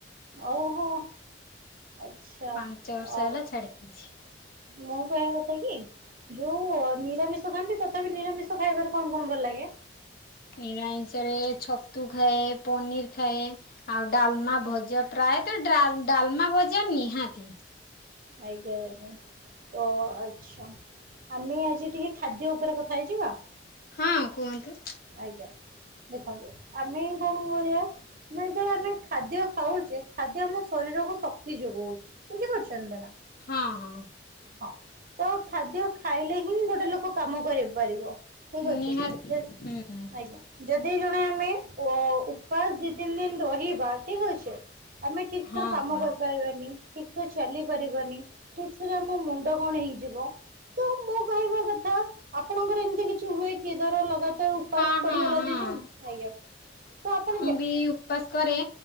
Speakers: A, on the right; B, on the left.
A: ଓହୋ ଆଛା
B: ପାଞ୍ଚ ବର୍ଷ
A: ଓ।
B: ହେଲା ଛାଡି ଦେଇଛି।
A: ମୁଁ କହିବା କଥା କି? ଯୋଉ ନିରାମିଷ ଖାଆନ୍ତି। ତଥାପି ନିରାମିଷ ଖାଇବାରେ କଣ କଣ ଭଲ ଲାଗେ?
B: ନିରାମିଷରେ ଛତୁ ଖାଏ ପନିର ଖାଏ। ଆଉ ଡାଲମା ଭଜା ପ୍ରାୟତ ଡାଲମା ଭଜା ନିହାତି।
A: ଆଜ୍ଞା ଆଜ୍ଞା। ତ ଆଛା ଆମେ ଆଜି ଟିକେ ଖାଦ୍ୟ ଉପରେ କଥା ହେଇଯିବା।
B: ହଁ କୁହନ୍ତୁ।
A: ଆଜ୍ଞା ଦେଖନ୍ତୁ ଆମେ କଣ କରିବା? ନାଇଁ ତ ଆମେ ଖାଦ୍ୟ ଖାଉଛେ। ଖାଦ୍ୟ ଆମ ଶରୀରକୁ ଶକ୍ତି ଯୋଗଉଛି। ବୁଝି ପାରୁଛନ୍ତି ନା।
B: ହଁ ହଁ।
A: ହଁ ତ ଖାଦ୍ୟ ଖାଇଲେ ହିଁ ଗୋଟେ ଲୋକ କାମ କର ପାରିବ। ଠିକ ଅଛି
B: ନିହାତି
A: ଜଦ
B: ହୁଁ
A: ଆଜ୍ଞା। ଯଦି ଜଣେ ଆମେ ଅ ଉପାସ ଦି ତିନି ଦିନ ରହିବା ଠିକ ଅଛେ। ଆମେ ଠିକ ସେରେ
B: ହଁ
A: କାମ
B: କୁହନ୍ତୁ।
A: କରିପାରିବାନି। ଠିକ ସେ ଚାଲି ପାରିବନି ଠିକ ସେ ତା ମୋ ମୁଣ୍ଡ କଣ ହେଇଯିବ ତ ମୁଁ କହିବା କଥା ଆପଣଙ୍କର ଏମିତି କିଛି ହୁଏ କି ଧର ଲଗା ତ ଉପାସ
B: ହଁ
A: ପଡିଗଲା
B: ହଁ ହଁ।
A: ଦି ଦିନ ଆଜ୍ଞା ତ ଆପଣ
B: କି ଉପାସ? କରେ